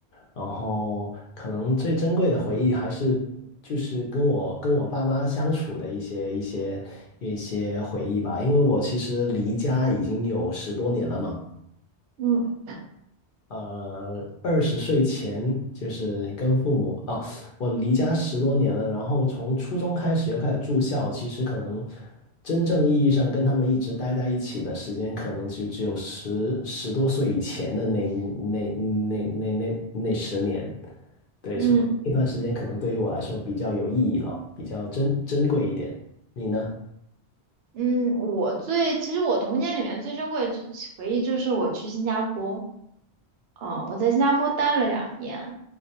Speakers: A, on the left (about 60°); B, on the right (about 70°).
A: 然后可能最珍贵的回忆还是就是跟我跟我爸妈相处的一些一些一些回忆吧，因为我其实离家已经有十多年了嘛。
B: 嗯
A: 呃，二十岁前就是跟父母哦，我离家十多年了，然后从初中开始又开始住校，其实可能真正意义上跟他们一直待在一起的时间，可能就只有十十多岁以前的那那那那那那十年，对，
B: 嗯
A: 所以那段时间可能对于我来说比较有意义了，比较珍珍贵一点。你呢？
B: 嗯，我最其实我童年里面最珍贵的就回忆就是我去新加坡，嗯，我在新加坡待了两年，